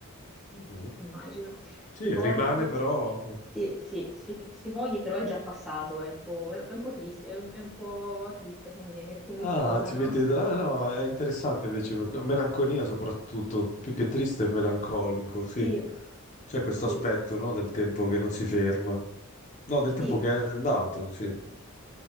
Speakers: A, on the left; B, in the centre.
A: Mhm.
B: immagino.
A: Sì,
B: Si coglie,
A: rimane però...
B: sì, sì, sì, si coglie, però è già passato, è un po', è- è un po' triste, è un, è un po' triste come, come
A: Ah,
B: cosa,
A: ti
B: no?
A: metti... ah, No, è interessante invece, me- melanconia soprattutto, più che triste è melancolico, sì.
B: Sì,
A: C'è questo
B: sì,
A: aspetto, no, del tempo che non si ferma. No, del tempo
B: sì.
A: che è andato, sì.